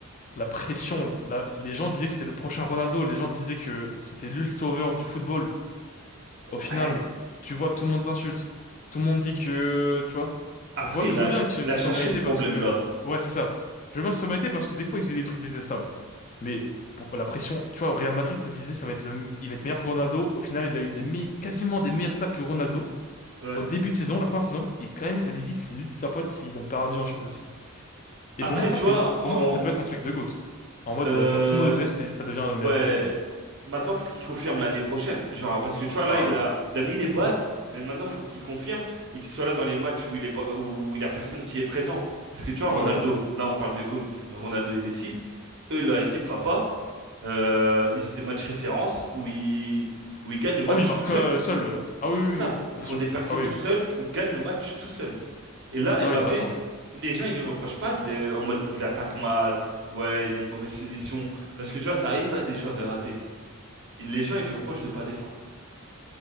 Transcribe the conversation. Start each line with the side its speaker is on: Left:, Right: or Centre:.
Left: la pression. La- les gens disaient que c'était le prochain Ronaldo. Les gens disaient que c'était lui le sauveur du football.
Right: Ouais.
Left: Au final, tu vois, tout le monde t'insulte. Tout le monde dit que, tu vois,
Right: Après,
Left: je vois,
Right: il
Left: je
Right: a,
Left: veux bien que
Right: il
Left: ce
Right: a cherché
Left: soit mérité
Right: ce problème-là.
Left: parce que, ouais, c'est ça. Je veux bien que ce soit mérité parce que des fois, ils faisaient des trucs détestables. Mais pour la pression, tu vois, au Real Madrid, ça disait, ça va être le, il va être meilleur que Ronaldo. Au final, il a eu des me- quasiment des meilleurs stats que Ronaldo
Right: Ouais.
Left: au début de saison, la première saison, et quand même, ça lui dit que c'est de sa faute s'ils ont perdu en Champions League. Et
Right: Après,
Left: pour moi, ça,
Right: tu
Left: c'est,
Right: vois,
Left: pour moi,
Right: on,
Left: ça, ça peut être un truc de GOAT. En mode,
Right: euh,
Left: euh, tu vois, tout le monde déteste et ça devient le meilleur
Right: Ouais.
Left: joueur du monde.
Right: Maintenant, faut qu'il confirme l'année prochaine. Genre, parce que tu vois, là,
Left: Ah
Right: il
Left: ouais.
Right: a, il a mis les bases, mais maintenant, faut qu'il confirme et qu'il soit là dans les matchs où il est pas, où il y a personne qui est présent. Parce que tu vois,
Left: Ouais,
Right: Ronaldo,
Left: ouais.
Right: là, on parle de GOAT, Ronaldo et Messi, eux, leur équipe va pas. Euh, ils ont des matchs références où ils, où ils gagnent le match
Left: Ah oui, il marque
Right: tout seul.
Left: euh, seul. euh. Ah oui, oui,
Right: C'est ça.
Left: oui, oui, bien
Right: Ils font
Left: sûr.
Right: des percées
Left: Ah
Right: tout
Left: oui, oui.
Right: seuls, ils gagnent le match tout seul. Et là,
Left: Ah
Right: Mbappé,
Left: oui, t'as raison. ouais.
Right: les gens, ils ne reprochent pas de, en mode, il attaque mal, ouais, il a une mauvaise finition. Parce que tu vois, ça arrive à des joueurs de rater. Il- Les gens, ils lui reprochent de pas défendre.